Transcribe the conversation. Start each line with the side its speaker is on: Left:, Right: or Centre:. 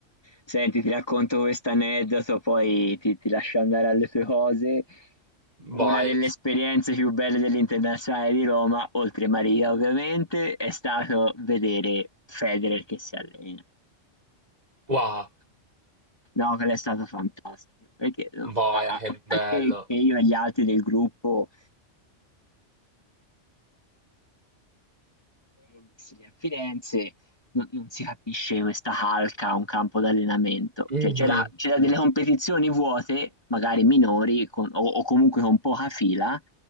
Left: Senti, ti racconto questo aneddoto, poi ti, ti lascio andare alle tue cose. Una
Right: Vai,
Left: delle esperienze più belle dell'Internazionale di Roma, oltre Maria ovviamente, è stato vedere Federer che si allena.
Right: wow,
Left: No, quello è stato fantastico, perché
Right: boia,
Left: a, a-
Right: che
Left: a
Right: bello.
Left: parte che io e gli altri del gruppo Tennis lì a Firenze non, non si capisce questa calca a un campo d'allenamento.
Right: Mhm,
Left: Cioè, c'era, c'era delle competizioni vuote, magari minori con- o, o comunque con poca fila,